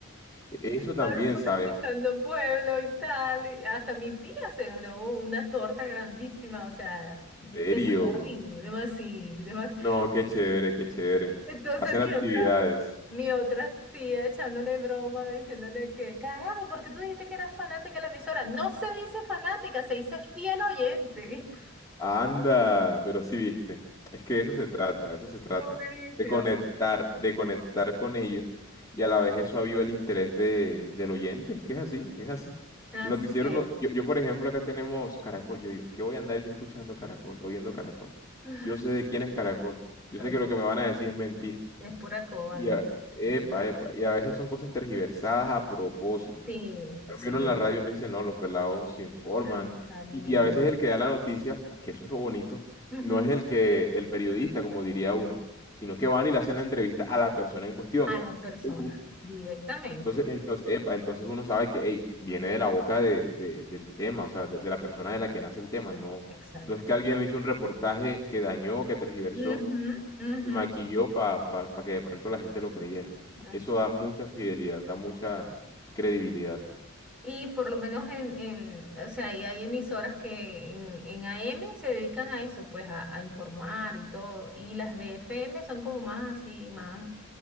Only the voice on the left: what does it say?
E- Eso también,
¿sabes?
serio?
No, qué chévere, qué chévere.
Hacen
actividades.
Anda, pero sí viste. Es que de eso se trata, de eso se trata.
De conectar, de conectar con ellos y a la vez eso aviva el interés de, del oyente. Es que es así, es así.
El noticiero
no, yo, yo por ejemplo acá tenemos Caracol. Yo digo, ¿qué voy a andar yo escuchando Caracol o viendo Caracol?
Yo sé de quién es Caracol. Yo
sé que lo que me van a decir es mentira.
Y
a- epa,
epa. Y a veces son cosas tergiversadas a propósito.
cambio,
uno en la radio no dice, no, los pelados se informan.
Y, y a veces el que da la noticia, que eso es lo bonito,
no es el que, el periodista, como diría uno, sino que van y le hacen la entrevista a la persona en cuestión.
U- u-
Entonces, entonces, epa, entonces uno sabe que, hey, viene de la boca de, de- del tema, o sea, de, de la persona de la que nace el tema. No,
no es que alguien hizo un reportaje que dañó, que tergiversó
y maquilló para que de pronto la gente lo creyera.
Eso da
mucha fidelidad, da mucha credibilidad.